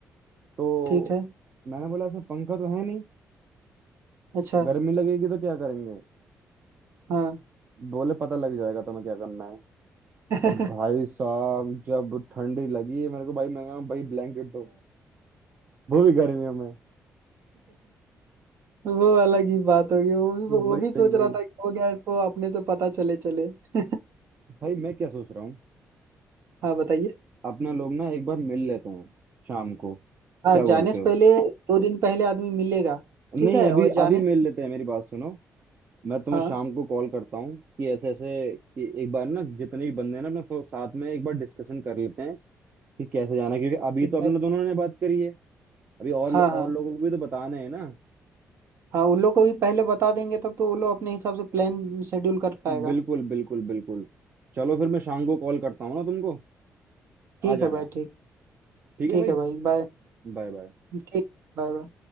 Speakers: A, on the right (about 35°); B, on the right (about 55°).
A: तो
B: ठीक है
A: मैंने बोला ऐसा पंखा तो है नहीं
B: अच्छा
A: गर्मी लगेगी तो क्या करेंगे
B: हाँ
A: बोले पता लग जाएगा तुम्हें क्या करना है
B: <laughs>
A: अब भाई साहब जब ठंडी लगी मेरे को भाई मैं कहा, भाई ब्लैंकेट दो वो भी गर्मियों में
B: वो अलग ही बात होगी वो भी वो
A: वही
B: भी सोच
A: वही वही
B: रहा था कि हो गया इसको अपने से पता चले चले <laughs>
A: भाई मैं क्या सोच रहा हूँ
B: हाँ बताइए
A: अपना लोग ना एक बार मिल लेते हैं शाम को
B: हाँ
A: क्या बोलते
B: जाने से
A: हो
B: पहले दो दिन पहले आदमी मिलेगा
A: नहीं
B: ठीक है
A: अभी
B: और जाने
A: अभी मिल लेते हैं मेरी बात सुनो मैं तुम्हें
B: हाँ
A: शाम को कॉल करता हूँ कि ऐसे ऐसे कि एक बार ना जितने भी बंदे हैं ना अपने सब साथ में एक बार डिस्कशन कर लेते हैं कि कैसे जाना है। क्योंकि अभी
B: ठीक
A: तो अपने
B: है
A: दोनों ने बात करी है अभी और
B: हाँ
A: और
B: हाँ
A: लोगों को भी तो बताना है ना
B: हाँ उन लोग को भी पहले बता देंगे तब तो वो लोग अपने हिसाब से प्लान शेड्यूल कर पाएगा
A: बिल्कुल बिल्कुल बिल्कुल चलो फिर मैं शाम को कॉल करता हूँ ना तुमको
B: ठीक
A: आ जाना
B: है भाई ठीक
A: ठीक
B: ठीक
A: है भाई
B: है भाई बाय
A: बाय बाय
B: ठीक Bye bye